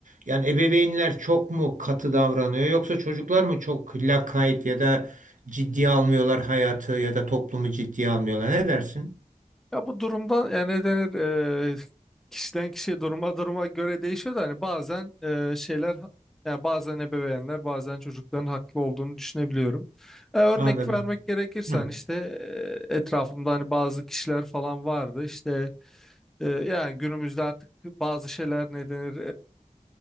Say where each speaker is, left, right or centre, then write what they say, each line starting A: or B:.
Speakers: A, on the right; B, in the centre.
A: yani ebeveynler çok mu katı davranıyor yoksa çocuklar mı çok lakayt ya da ciddiye almıyorlar hayatı ya da toplumu ciddiye almıyorlar? Ne dersin?
B: Ya bu durumdan yani ne denir eee, kişiden kişiye duruma duruma göre değişiyor da hani bazen eee, şeyler yani bazen ebeveynler bazen çocukların haklı olduğunu düşünebiliyorum. E, örnek
A: Anladım.
B: vermek gerekirse
A: Hı.
B: hani işte eee, etrafımda hani bazı kişiler falan vardı işte eee, yani günümüzde artık bazı şeyler ne denir